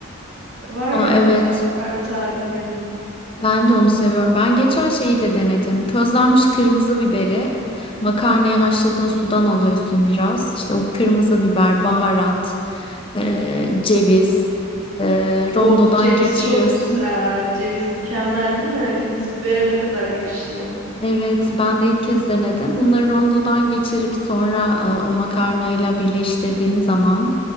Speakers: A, on the right; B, on the left.
A: Var
B: Aa,
A: yani
B: evet,
A: güzel makarna tariflerim.
B: ben de onu seviyorum. Ben geçen şeyi de denedim. Közlenmiş kırmızı biberi, makarnayı haşladığın sudan alıyorsun biraz. İşte o kırmızı biber, baharat, e, ceviz, e, rondodan
A: Of ceviz
B: geçiriyorsun.
A: çok güzel. Ceviz mükemmel değil mi? Kırmızı bibere ne kadar yakışıyor.
B: Evet, ben de ilk kez denedim. Bunları rondodan geçirip sonra e, o makarnayla birleştirdiğin zaman